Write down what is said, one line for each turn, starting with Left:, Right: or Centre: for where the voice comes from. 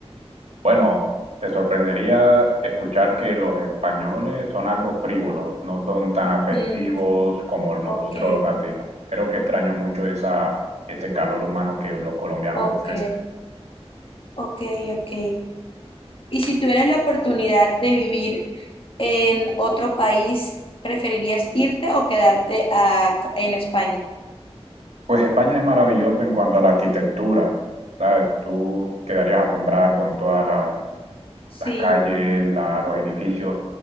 Right: Bueno, te sorprendería escuchar que los españoles son algo frívolos, no son tan afectivos
Left: Mm,
Right: como nosotros
Left: ok,
Right: los latinos. Creo que extraño mucho esa, ese calor humano que los colombianos
Left: ok,
Right: ofrecen.
Left: ok, ok. Y si tuvieras la oportunidad de vivir en otro país, ¿preferirías irte o quedarte a- en España?
Right: Pues España es maravilloso en cuanto a la arquitectura, ¿sabes? Tú quedarías asombrada con todas la-
Left: Sí,
Right: las calles, la- los edificios